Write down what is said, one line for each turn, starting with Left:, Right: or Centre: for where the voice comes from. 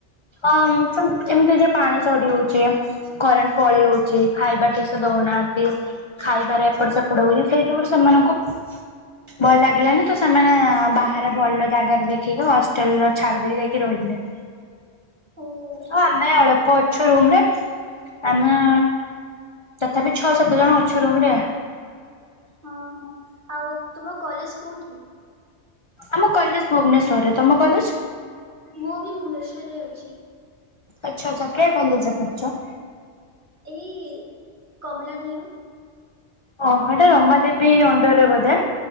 Left: ଅଁ ଏମିତି ଏମତି ପାଣି ସରିହଉଛି। କରେଣ୍ଟ ପଳେଇ ହଉଛି ଖାଇବା ଠିକସେ ଦଉନାହାନ୍ତି। ଖାଇବାରେ ଏପଟ ସେପଟ ହଉଚି ସେଇ ଯୋଗୁରୁ ସେମାନଙ୍କୁ ଭଲ ଲାଗିଲାନି ତ ସେମାନେ ବାହାରେ ଭଲ ଜାଗାରେ ଦେଖିକି ହଷ୍ଟେଲର ଛାଡି ଦେଇକି ଯାଇକି ରହିଲେ।
Right: ଓ ହୋଉ।
Left: ହ ଆମେ ଅଳ୍ପ ଅଛୁ ରୁମରେ ଆମେ ତଥାପି ଛଅ ସାତ ଜଣ ଅଛୁ ରୁମ ରେ
Right: ହଁ ହଁ ଆଉ ତୁମ କଲେଜ କୋଉଠି?
Left: ଆମ କଲେଜ ଭୁବନେଶ୍ଵରରେ ତମ କଲେଜ?
Right: ମୁଁ ବି ଭୁବନେଶ୍ୱରରେ ଅଛି।
Left: ଆଚ୍ଛା ଆଚ୍ଛା କେ କଲେଜ୍ ରେ ପଢୁଚ?
Right: ଏଇ କମଲା ନେହେରୁ।
Left: ଓ ହୋ ହେଟା ରମାଦେବୀ ଅଣ୍ଡରରେ ବୋଧେ